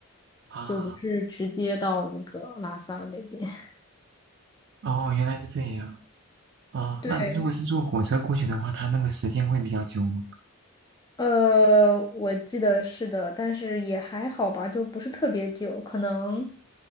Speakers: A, on the right (about 60°); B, on the left (about 20°).
A: 啊，
B: 就不是直接到那个拉萨那边。<laughs>
A: 哦，原来是这样。啊，
B: 对，
A: 那如果是坐火车过去的话，它那个时间会比较久吗？
B: 呃，我记得是的，但是也还好吧，就不是特别久，可能